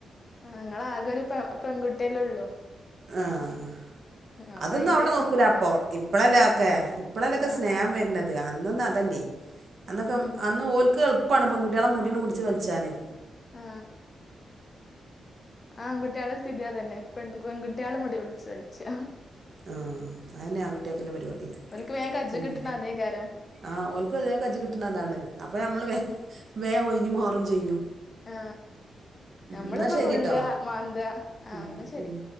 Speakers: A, on the left; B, on the right.
A: ആഹ് നിങ്ങളാകെ ഒരു പെൺ പെൺകുട്ടിയല്ലേ ഉള്ളു
B: ആഹ്
A: അപ്പൊ
B: അതൊന്നും
A: അയിന്റെ
B: അവിടെ നോക്കൂല അപ്പൊ ഇപ്പഴല്ലേ ഒക്കെ ഇപ്പളല്ലെ ഒക്കെ
A: ആഹ്
B: സ്നേഹം
A: ആഹ്
B: വരുന്നത് അന്നൊന്നും അതല്ലേ അന്നൊക്കെ
A: ഉം
B: അന്ന് ഓൽക്ക് എളുപ്പമാണ് പെൺകുട്ടികളെ മുടി പിടിച്ച് വലിച്ചാന്
A: ആ ആ ആൺകുട്ടികളെ സ്ഥിതി അതന്നെ പെൺകുട്ട്യാളെ മുടി പിടിച്ച് വൽച്ചാ
B: ആ അതന്നെ ആൺകുട്ടികൾക് ല്ല പരിപാടി
A: ഓൽക്ക് വേം കജ്ജ്
B: ഉം
A: കിട്ട്ണ അതേക്കാരം
B: ആ ഓൽക്കും ഇത് വേഗം കജ്ജ് കിട്ടണത് അതാണ് അപ്പൊ നമ്മള്
A: ഉം
B: വേഗം ഒഴിഞ്ഞ് മാറും ചെയ്യും
A: ആ നമ്മളിപ്പ
B: എന്നാ ശരിട്ടോ
A: നുള്ള മാന്ത ആ
B: ഉം
A: എന്നാ ശരി
B: ഉം